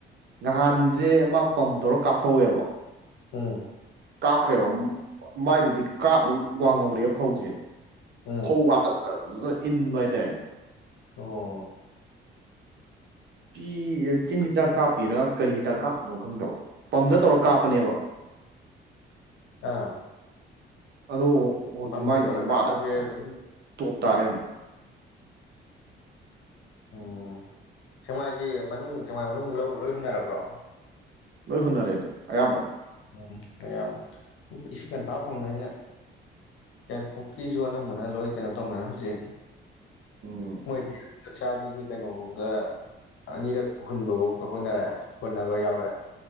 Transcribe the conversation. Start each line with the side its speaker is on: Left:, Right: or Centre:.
Right: ꯅꯍꯥꯟꯖꯦ ꯑꯃ ꯄꯝꯇꫡꯔ ꯀꯥꯞꯐꯧ ꯋꯦꯕ
Left: ꯎꯝ
Right: ꯀꯥꯞꯈ꯭ꯔꯦꯕ ꯃꯥꯏꯗꯨꯗꯤ ꯀꯥꯞꯃꯨꯛ ꯋꯥꯡꯍꯧꯔꯦ ꯐꯧꯖꯦ
Left: ꯎꯝ
Right: ꯐꯧ ꯋꯥꯇꯛꯇꯔ ꯖꯔ ꯏꯟꯕ ꯍꯥꯏꯇꯥꯔꯦ
Left: ꯑꯣ
Right: ꯐꯤ ꯏꯔꯇꯤꯟ ꯍꯤꯗꯥꯛ ꯀꯥꯞꯄꯤꯔꯥ ꯀꯔꯤ ꯍꯤꯗꯥꯛ ꯀꯥꯞꯄꯤꯅꯣ ꯈꯪꯗꯕ ꯄꯝꯗ ꯇꯧꯔ ꯀꯥꯞꯄꯅꯦꯕ
Left: ꯑꯥ
Right: ꯑꯗꯣ ꯑꫭꯏꯖꯨ
Left: ꯄꯝꯗ
Right: ꯃꯥꯏꯖꯦ
Left: ꯇꯧꯔ ꯀꯥꯞꯄꯁꯦ
Right: ꯕꯥꯛ
Left: ꯑꯗꯨꯝ
Right: ꯇꯣꯞ ꯇꯥꯔꯦ
Left: ꯎꯝ ꯁꯦꯛꯃꯥꯏꯒꯤ ꯃꯅꯨꯡ ꯁꯦꯛꯃꯥꯏ ꯃꯅꯨꯡ ꯂꯧ ꯂꯣꯏ ꯍꯨꯟꯅꯔꯕ꯭ꯔꯣ
Right: ꯂꯣꯏ ꯍꯨꯟꯅꯔꯦꯗ ꯑꯌꯥꯝꯕ
Left: ꯎꯝ ꯃꯌꯥꯝ ꯏꯁꯤꯡ ꯉꯟꯇꯥꯥ ꯐꯪꯕꯅꯤꯅ ꯌꯥꯏꯔꯤꯄꯣꯛꯀꯤꯖꯨ ꯑꯅꯝꯕꯅ ꯂꯣꯏ ꯀꯩꯅꯣ ꯇꯧꯅꯔꯦ ꯍꯧꯖꯤꯛ
Right: ꯎꯝ
Left: ꯃꯣꯏꯗꯤ ꯆꯛꯆꯥꯕꯤꯒꯤ ꯀꯩꯅꯣꯕꯧꯗ ꯑꯅꯤꯔꯛ ꯍꯨꯟꯕꯕꯨꯛ ꯍꯨꯟꯅꯔꯦ ꯍꯨꯟꯅꯕ ꯌꯥꯎꯔꯦ